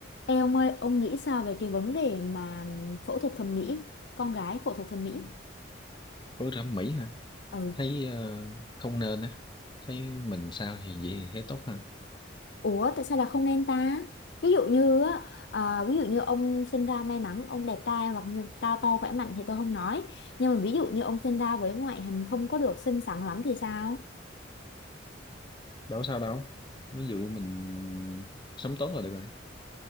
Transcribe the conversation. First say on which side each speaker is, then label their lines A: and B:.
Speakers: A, on the left (about 65°); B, on the left (about 25°).
A: Ê ông ơi, ông nghĩ sao về cái vấn đề mà phẫu thuật thẩm mỹ, con gái phẫu thuật thẩm mỹ?
B: Ủa thẩm mỹ hả?
A: Ừ.
B: Thấy ờ, không nên á. Thấy mình sao thì vậy thì thấy tốt ha.
A: Ủa tại sao là không nên ta? Ví dụ như á, à, ví dụ như ông sinh ra may mắn ông đẹp trai hoặc như cao to khỏe mạnh thì tôi không nói. Nhưng mà ví dụ như ông sinh ra với ngoại hình không có được xinh xắn lắm thì sao?
B: Đâu có sao đâu. Ví dụ mình sống tốt là được rồi.